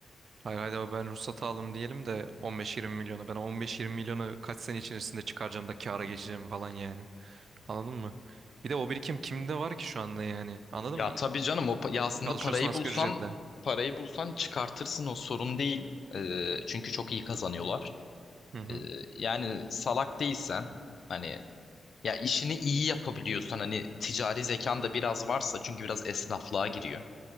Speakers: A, on the right; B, on the left.
A: Hayır haydi abi ben ruhsatı aldım diyelim de 15-20 milyonu. Ben o 15-20 milyonu kaç sene içerisinde çıkaracağım da kâra geçeceğim falan yani. Anladın mı? Bir de o birikim kimde var ki şu anda yani? Anladın
B: Ya
A: mı?
B: tabii canım o pa- ya aslında
A: Çalışıyorsun
B: parayı
A: asgari
B: bulsan
A: ücretle.
B: parayı bulsan çıkartırsın o sorun değil. Ee, çünkü çok iyi kazanıyorlar.
A: Hı hı.
B: Ee, yani salak değilsen hani ya işini iyi yapabiliyorsan hani ticari zekan da biraz varsa çünkü biraz esnaflığa giriyor.